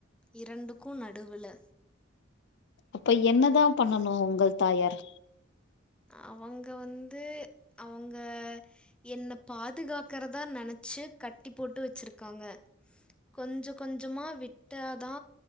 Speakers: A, in the centre; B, on the left (about 60°).
A: இரண்டுக்கு நடுவுல்ல
B: அப்ப என்னதா பண்ணனு உங்கள் தாயார்
A: அவங்க வந்து அவங்க என்ன பாதுகாக்கறதா நெனைச்சு கட்டி போட்டு வச்சிருக்காங்க கொஞ்சோ கொஞ்சமா விட்ட தா